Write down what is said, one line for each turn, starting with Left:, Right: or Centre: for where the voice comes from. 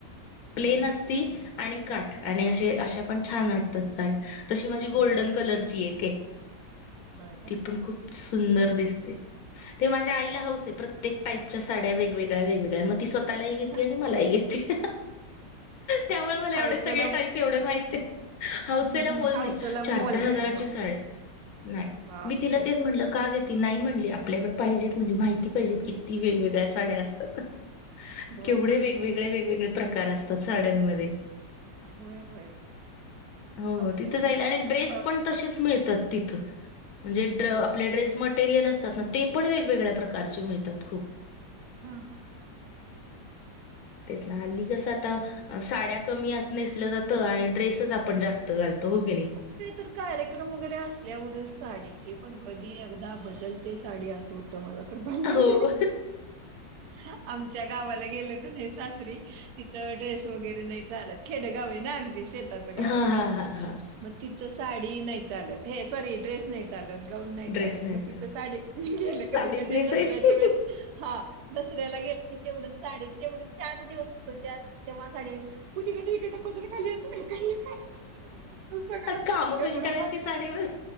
Right: होय
Left: प्लेन
Right: होय होय
Left: अस
Right: होय
Left: आणि काठ आणि
Right: हम्म.
Left: अशे अशा पण छान वाटतात साड्या तशी माझी
Right: होय
Left: गोल्डन कलरची एक आहे
Right: होय काय
Left: ती पण खूप सुंदर दिसते ते माझ्या आईला हौस आहे प्र प्रत्येक टाईपच्या साड्या वेगवेगळ्या वेगवेगळ्या मग ती स्वतःलाही घेते
Right: हम्म.
Left: आणि मलाही घेते. त्यामुळे मला
Right: हौसला
Left: एवढे सगळे टाईप एवढे माहितेय. हौसेला
Right: हम्म
Left: मोल
Right: हौसला
Left: नाही चार-चार
Right: मोल
Left: हजाराची
Right: नाही मोल
Left: साडी.
Right: नाही
Left: नाही
Right: बापरे
Left: मी तिला तेच म्हणलं का घे ती नाही म्हणली आपल्याकडे पाहिजेत म्हणली माहिती पाहिजेत किती वेगवेगळ्या साड्या असतात.
Right: होय
Left: केवढे
Right: की
Left: वेगवेगळे वेगवेगळे प्रकार असतात साड्यांमध्ये.
Right: होय होय होय
Left: हो
Right: आपण
Left: तिथ
Right: बघ,
Left: जाईल
Right: म्हणजे
Left: आणि ड्रेस
Right: ब
Left: पण तशेच मिळतात तिथं म्हणजे
Right: होय
Left: आपले
Right: का
Left: ड्रेस मटेरिअल असतात ना ते पण वेगवेगळ्या प्रकारचे मिळतात खूप.
Right: हां हां.
Left: तेच ना हल्ली कसं आता साड्या कमी नसलं जातं आणि ड्रेसच आप आपण जास्त घालतो हो की नाही?
Right: काहीतर कार्यक्रम वगैरे असल्यावरच साडी ते पण कधी एकदा बदलते साडी असो तो मला तर भानजन
Left: हो.
Right: <unintelligible> आमच्या गावाला गेले की नाही सास री तिथं ड्रेस वगैरे नाही चालत खेडेगाव ना अगदी शेतात च्या गाव
Left: हां,
Right: आमच्या
Left: हां, हां, हां.
Right: म तिथं साडी नाही चालत नाही सॉरी ड्रेस नाही चालत गाऊन नाही
Left: ड्रेस
Right: चालत
Left: नाहीचा
Right: म तिथं साडी गेलं
Left: साडीच
Right: कधी-कधी
Left: नेसायची.
Right: दसऱ्याच्या वेळेस हा दसऱ्याला गेले की तेवढं साडी तेवढं चार दिवस असतो त्या तेव्हा साडी कुणी कुणी इकडं पदर खाली येतो माहितेय. तू सगळ.
Left: कामं कशी
Right: एवढं
Left: करायची
Right: हासुयायच.
Left: साडीमध्ये?